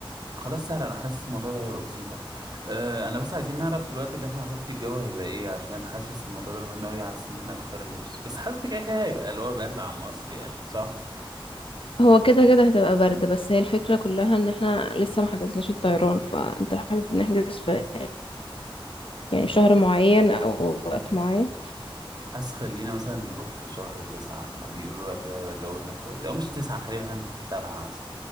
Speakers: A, on the right (about 45°); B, on the left (about 70°).
A: خلاص سهل انا حاسس الموضوع ده هيبقى بسيطة آه، انا بس عايزين نعرف في الوقت اللي احنا هنروح فيه الجو هيبقى ايه عشان حاسس الموضوع ده مهم قوي على اساس ان احنا نختار اللبس بس حاسس ان كده كده هيبقى اللي هو برد عن مصر يعني صح
B: هو كده كده هتبقى برد بس هي الفكرة كلها ان احنا لسه ما حجزناش الطيران فانت حابب نحجز في <laughs> يعني شهر معين او
A: م.
B: وقت معين
A: حاسس خلينا مثلا نروح في شهر تسعة بيقولوا الوقت ده هيبقى الجو هناك كويس أو مش تسعة خلينا مثلا سبعة مثلا